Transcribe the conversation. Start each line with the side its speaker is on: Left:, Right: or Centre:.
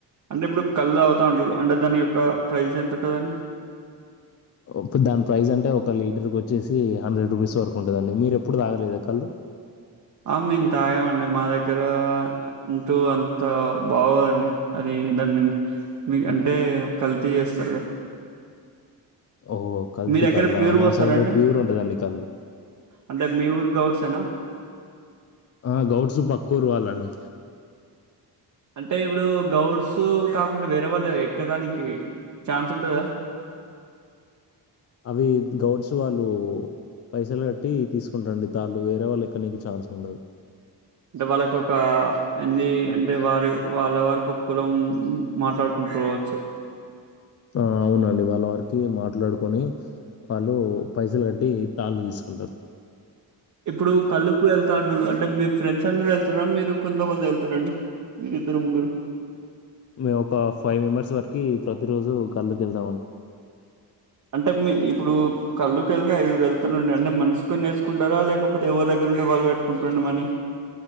Right: అంటే ఇప్పుడు కళ్ళు తాగుతా ఉంటడు అంటే దాని యొక్క ప్రైస్ ఎంత ఉంటుందండి
Left: ఉప్పు దాని ప్రైస్ అంటే ఒక లీటర్కి వచ్చేసి హండ్రెడ్ రూపీస్ వరకు ఉంటుందండి. మీరు ఎప్పుడు తాగలేదా కళ్ళు.
Right: ఆ మేము తాగామండి మా దగ్గర అంటూ అంత బాగోదండి. అది దాన్ని మీ అంటే కల్తీ చేస్తారు కదా.
Left: ఓహో! కల్తీ
Right: మీ దగ్గర
Left: కల్లా
Right: ప్యూరు
Left: మా
Right: పోస్తారండి
Left: సైడ్ ప్యూర్ ఉంటదండి కల్లు.
Right: అంటే మీ ఊరు గౌడ్సేనా
Left: ఆ గౌడ్సు పక్కురు వాళ్లండి
Right: అంటే ఇప్పుడు గౌడ్స్ కాకుండా వేరే వాళ్ళు ఎక్కేదా నికి ఛాన్స్ ఉంటదా
Left: అవి గౌడ్స్ వాళ్ళు పైసలు కట్టి తీసుకుంటారండి. తళ్ళు వేరే వాళ్ళు ఎక్కనేకి ఛాన్స్ ఉండదు.
Right: అంటే వాళ్ళకు ఒక ఎన్ని అంటే వారి వాళ్ళ వరకు ఒక కులం మాట్లాడుకుంటు పోవచ్చు.
Left: ఆ అవునండి వాళ్ళ వారికి మాట్లాడుకొని, వాళ్ళు పైసలు కట్టి తాళ్ళు తీసుకుంటారు.
Right: ఇప్పుడు కళ్ళుకు వెళ్తా ఉండళ్ళు అంటే మీ ఫ్రెండ్స్ అందరు వెళ్తారా. మీరు కొంతమంది వెళ్తారండి మీరిద్దరు ముగ్గురు.
Left: మేము ఒక ఫైవ్ మెంబర్స్ కీ ప్రతి రోజు కళ్ళు తిందామని
Right: అంటే మీ ఇప్పుడు కళ్ళుకి వెళ్తా ఐదురు వెళ్తారుండి అంటే మనిషి కొని వేసుకుంటారా లేకపోతే, ఎవరి దగ్గర ఉంటే వాళ్ళు పెట్టుకుంటారండి మని.